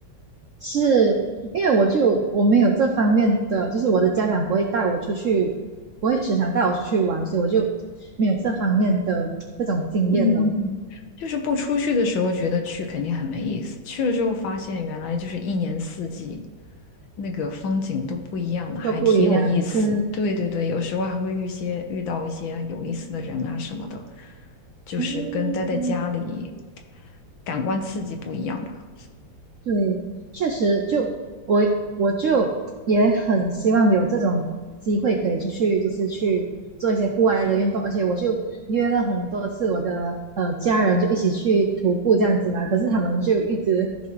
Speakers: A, on the right; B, on the left.
A: 是因为我就我没有这方面的，就是我的家长不会带我出去，不会时常带我出去玩，所以我就没有这方面的这种经验咯，
B: 嗯，就是不出去的时候觉得去肯定很没意思，去了之后发现原来就是一年四季那个风景都不一样的，还挺有意思。
A: 都不一样。对，
B: 对对对，有时候还会遇些遇到一些有意思的人啊什么的，就是跟待在家里
A: 嗯。
B: 感官刺激不一样吧。
A: 对，确实就我我就也很希望有这种机会可以出去，就是去做一些户外的运动，而且我就约了很多次我的呃家人就一起去徒步这样子嘛，可是他们就一直